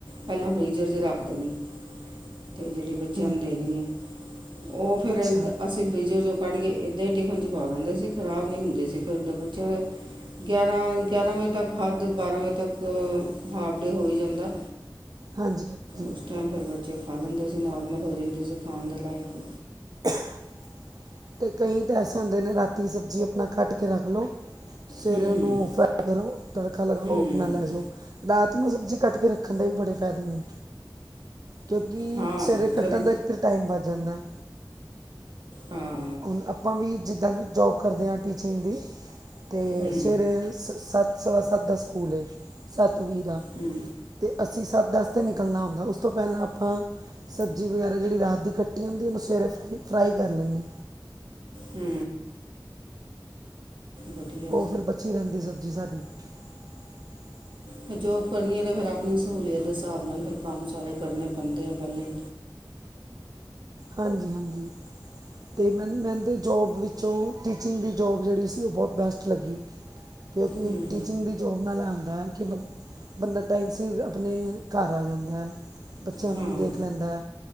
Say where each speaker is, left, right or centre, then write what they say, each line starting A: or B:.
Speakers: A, on the right; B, on the right.
A: ਪੈਲਾਂ ਫਰਿਜ਼ਰ 'ਚ ਰੱਖ ਦੇਣੀ, ਤੇ ਜੇੜੀ ਬ ਬੱਚੇਆਂ
B: ਹਮ,
A: ਨੂੰ ਦੇਣੀ ਐ, ਓ ਫਿਰ
B: ਅੱਛਾ
A: ਐਦਾਂ ਅਸ ਫਰੀਜ਼ਰ ਚੋਂ ਕੱਢ ਕੇ ਏਦਾਂ ਈ ਟਿਫਨ ਚ ਪਾ ਦਿੰਦੇ ਸੀ ਖ਼ਰਾਬ ਨੀ ਹੁੰਦੇ ਸੀ ਫਿਰ ਬੱਚਿਆਂ ਦੇ ਗਿਆਰਾਂ-ਗਿਆਰਾਂ ਵਜੇ ਤੱਕ ਹੱਦ ਬਾਰਾਂ ਵਜੇ ਤੱਕ ਹਾਫ ਡੇ ਹੋ ਈ ਜਾਂਦਾ।
B: ਹਾਂਜੀ। ਹਾਂਜੀ
A: ਓ ਟੈਮ ਫੇਰ ਬੱਚੇ ਖਾ ਲੈਂਦੇ ਸੀ ਨੋਰਮਲ ਹੋ ਜਾਂਦੀ ਸੀ ਖਾਣ ਦੇ ਲਾਇਕ
B: <inaudible> ਤੇ ਕਈ ਤਾਂ ਐਸੇ ਹੁੰਦੇ ਨੇ ਰਾਤੀ ਸਬਜ਼ੀ ਆਪਣਾ ਕੱਟ ਕੇ ਰੱਖ ਲਓ, ਸਵੇਰੇ
A: ਹੂੰ
B: ਓਨੂੰ ਫਰਾ ਏਦਾ ਕਰੋ ਤੜਕਾ ਲਗਾਓ
A: ਹੂੰ
B: ਆਪਣਾ ਲੈ ਜਾਓ, ਰਾਤ ਨੂੰ ਸਬਜ਼ੀ ਕੱਟ ਕੇ ਰੱਖਣ ਦੇ ਵੀ ਬੜੇ ਫੈਦੇ ਨੇ ਕਿਉੰਕਿ
A: ਹਾਂ
B: ਸਵੇਰੇ ਕੱਟਣ
A: ਫਿਰ
B: ਦਾ ਏਕ ਤੇ ਟਾਇਮ ਬਚ ਜਾਂਦਾ ਆ।
A: ਹਾਂ
B: ਹੁਣ ਆਪਾਂ ਵੀ ਜਿੱਦਾਂ ਕਿ ਜੋਬ ਕਰਦੇ ਆ ਟੀਚਿੰਗ ਦੀ ਤੇ
A: ਹੂੰ
B: ਸਵੇਰੇ ਸ ਸੱਤ ਸਵਾ ਸੱਤ ਦਾ ਸਕੂਲ, ਸੱਤਵੀਂ ਵੀ ਦਾ
A: ਹੂੰ
B: ਤੇ ਅਸੀਂ ਸੱਤ ਦੱਸ ਤੇ ਨਿਕਲਣਾ ਹੁੰਦਾ ਓਸ ਤੋਂ ਪੈਲਾਂ ਆਪਾਂ ਸਬਜ਼ੀ ਵਗੈਰਾ ਜੇੜੀ ਰਾਤ ਦੀ ਕੱਟੀ ਹੁੰਦੀ ਏ ਓਨੂੰ ਸਵੇਰੇ ਫਰਾਈ-ਫਰਾਈ ਕਰ ਲੈਂਣੇ ਆ।
A: ਹੂੰ। ਵਧੀਆ
B: ਫੇਰ ਬੱਚੀ ਰੈਂਦੀ ਸਬਜ਼ੀ ਸਾਡੀ <inaudible>
A: ਫੇਰ ਜੋਬ ਕਰਨੀ ਐ ਤੇ ਫੇਰ ਆਪਣੀ ਸਹੂਲੀਅਤ ਦੇ ਸਾਬ ਨਾਲ ਫੇਰ ਕੰਮ ਸਾਰੇ ਕਰਨੇ ਪੈਂਦੇ ਆ ਪੈਲਾਂ ਈ।
B: ਹਾਂਜੀ-ਹਾਂਜੀ ਤੇ ਮ ਮੈਂਦੇ ਜੋਬ ਵਿੱ ਜੋ ਟੀਚਿੰਗ ਦੀ ਜੋਬ ਜੇੜੀ ਸੀ ਓ ਬੋਤ ਬੈਸਟ ਲੱਗੀ। ਕਿਓਂਕਿ
A: ਹੂੰ
B: ਟੀਚਿੰਗ ਦੀ ਜੋਬ ਨਾਲ ਐ ਹੁੰਦਾ ਕੇ ਬੱ ਬੰਦਾ ਟਾਈਮ ਸਿਰ ਆਪਨੇ ਘਰ ਆ ਜਾਂਦੈ। ਬੱਚੇਆਂ
A: ਹਾਂ
B: ਨੂੰ ਵੀ ਦੇਖ ਲੈਂਦਾ